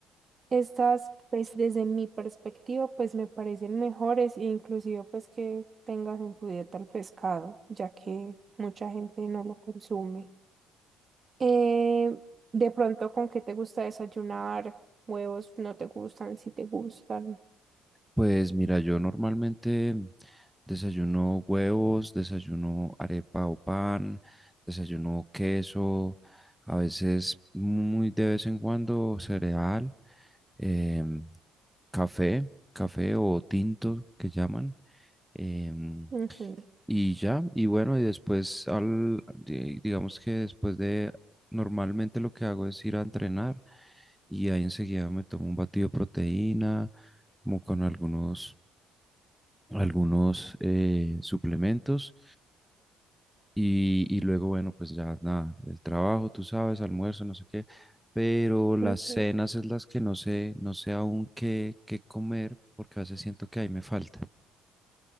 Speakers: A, on the right (about 40°); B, in the centre.
A: estas pues desde mi perspectiva pues me parecen mejores e inclusive pues que tengas en tu dieta el pescado, ya que mucha gente no lo consume. Eh, de pronto, ¿con qué te gusta desayunar? Huevos no te gustan, si te gustan.
B: Pues mira, yo normalmente desayuno huevos, desayuno arepa o pan, desayuno queso, a veces muy de vez en cuando cereal. em, café, café o tinto que llaman. em,
A: Ujú,
B: y ya, y bueno, y después al, di- digamos que después de, normalmente lo que hago es ir a entrenar y ahí enseguida me tomo un batido de proteína, como con algunos, algunos eh, suplementos. Y, y luego, bueno, pues ya nada, el trabajo, tú sabes, almuerzo, no sé qué, pero las
A: ujú.
B: cenas es las que no sé, no sé aún qué, qué comer, porque a veces siento que ahí me falta.